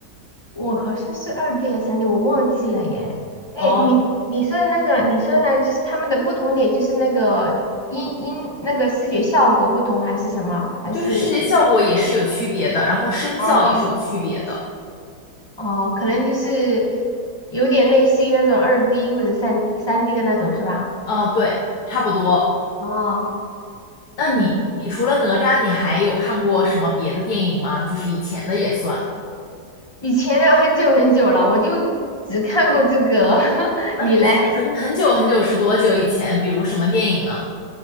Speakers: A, on the left; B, on the left.
A: 我好像是二 D 还是三 D，我忘记了耶。哎，
B: 哦，
A: 你你说的那个，你说的呢，就是他们的不同点，就是那个音音那个视觉效果不同，还是什么？还是
B: 就是视觉效果也是有区别的，然后声效也是有区别的。
A: 哦，哦，可能就是有点类似于那种二 D 或者三 D 三 D 的那种，是吧？
B: 嗯、对，差不多。
A: 哦，
B: 那你，
A: 嗯，
B: 你除了哪吒，你还有看过什么别的电影吗？就是以前的也算。
A: 以前的很久很久了，我就只看过这个。<laughs>
B: 啊，
A: 你嘞？
B: 以前很很久很久是多久以前？比如什么电影呢？